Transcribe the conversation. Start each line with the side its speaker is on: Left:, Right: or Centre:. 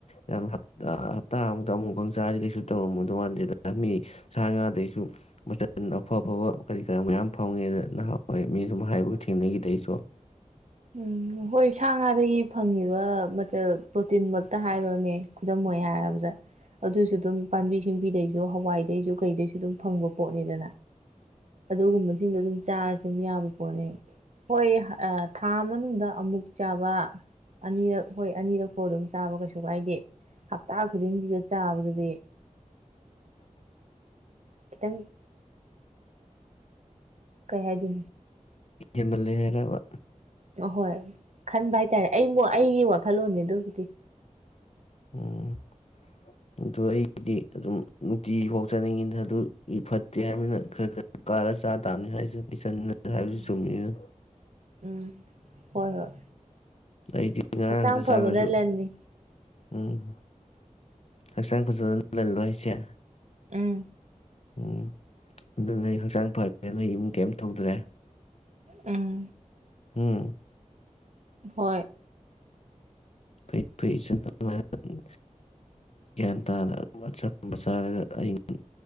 Left: ꯌꯥꯝ ꯍꯞꯇꯥ ꯑꯃꯨꯛꯇ ꯑꯃꯨꯛꯀꯪ ꯆꯥꯔꯤ ꯀꯩꯁꯨ ꯇꯧꯔꯝꯃꯣꯏꯗꯧ ꯃꯥꯟꯗꯦꯗ ꯃꯤ ꯁꯥ ꯉꯥꯗꯒꯤꯩꯁꯨ ꯃꯆꯟ ꯑꯐ ꯑꯐꯕ ꯀꯔꯤ ꯀꯔꯥ ꯃꯌꯥꯝ ꯐꯪꯉꯦꯗ ꯅꯍꯥꯟꯋꯥꯏ ꯃꯤꯁꯨ ꯍꯥꯏꯕꯒ ꯊꯦꯡꯅꯈꯤꯗꯩꯁꯨ
Right: ꯎꯝ ꯍꯣꯏ ꯁꯥ ꯉꯥꯗꯒꯤ ꯐꯪꯉꯤꯕ ꯃꯆꯜ ꯄ꯭ꯔꯣꯇꯤꯟꯃꯛꯇ ꯍꯥꯏꯕꯅꯦ ꯈꯨꯗꯝ ꯑꯣꯏꯅ ꯍꯥꯏꯔꯕꯗ ꯑꯗꯨꯁꯨ ꯑꯗꯨꯝ ꯄꯥꯝꯕꯤ ꯁꯤꯡꯕꯤꯗꯩꯁꯨ ꯍꯋꯥꯏꯗꯩꯁꯨ ꯀꯩꯗꯩꯁꯨ ꯑꯗꯨꯝ ꯐꯪꯕ ꯄꯣꯠꯅꯤꯗꯅ ꯑꯗꯨꯒꯨꯝꯕꯁꯤꯡꯗꯣ ꯑꯗꯨꯝ ꯆꯥꯔꯁꯨ ꯑꯗꯨꯝ ꯌꯥꯕ ꯄꯣꯠꯅꯦ ꯍꯣꯏ ꯊꯥ ꯃꯅꯨꯡꯗ ꯑꯃꯨꯛ ꯆꯥꯕ ꯑꯅꯤꯔꯛ ꯍꯣꯏ ꯑꯅꯤꯔꯛꯐꯥꯎ ꯑꯗꯨꯝ ꯆꯥꯕ ꯀꯩꯁꯨ ꯀꯥꯏꯗꯦ ꯍꯞꯇꯥ ꯈꯨꯗꯤꯡꯒꯤꯗ ꯆꯥꯕꯗꯗꯤ
Left: <unintelligible>
Right: ꯈꯤꯇꯪ ꯀꯌꯥ ꯍꯥꯏ ꯑꯗꯨꯅꯤ
Left: ꯍꯦꯟꯒꯜꯂ ꯍꯥꯏꯔꯕ
Right: ꯑꯍꯣꯏ ꯈꯟꯕ ꯍꯥꯏꯇꯥꯔꯦ ꯑꯩ ꯑꯩꯒꯤ ꯋꯥꯈꯜꯂꯣꯟꯅꯦ ꯑꯗꯨꯕꯨꯗꯤ
Left: ꯎꯝ ꯑꯗꯨꯗ ꯑꯩꯗꯤ ꯑꯗꯨꯝ ꯅꯨꯡꯇꯤ ꯐꯥꯎ ꯆꯠꯅꯤꯡꯉꯤꯗ ꯑꯗꯨꯒꯤ ꯐꯠꯇꯦ ꯍꯥꯏꯕꯅꯤꯅ ꯈꯔ ꯈꯔ ꯀꯥꯔ ꯆꯥ ꯇꯥꯕꯅꯤ ꯍꯥꯏ ꯄ ꯍꯥꯏꯕꯁꯨ
Right: ꯎꯝ
Left: ꯆꯨꯝꯃꯤꯌꯨ
Right: ꯎꯝ ꯍꯣꯏ ꯍꯣꯏ
Left: ꯑꯩꯗꯤ ꯉꯔꯥꯡ
Right: ꯍꯛꯆꯥꯡ
Left: ꯈꯛꯇ
Right: ꯐꯕꯅ
Left: ꯆꯥꯈ꯭ꯔꯁꯨ
Right: ꯂꯟꯅꯤ
Left: ꯎꯝ ꯍꯛꯆꯥꯡ ꯐꯖꯅ ꯂꯜꯂꯣ ꯍꯥꯏꯁꯦ
Right: ꯎꯝ
Left: ꯎꯝ ꯑꯗꯨ ꯅꯣꯏ ꯍꯛꯆꯥꯡ ꯐꯔꯦ ꯅꯣꯏ ꯏꯃꯨꯡ ꯀꯩꯝ ꯇꯧꯗ꯭ꯔꯦ
Right: ꯎꯝ
Left: ꯎꯝ
Right: ꯍꯣꯏ
Left: ꯐꯩ ꯐꯩ ꯏꯆꯟ ꯑꯗꯨꯍꯥꯏꯅ ꯑꯗꯨꯝ ꯒ꯭ꯌꯥꯟ ꯇꯥꯅ ꯑꯆꯝꯕ ꯆꯥꯔꯒ ꯑꯩꯅ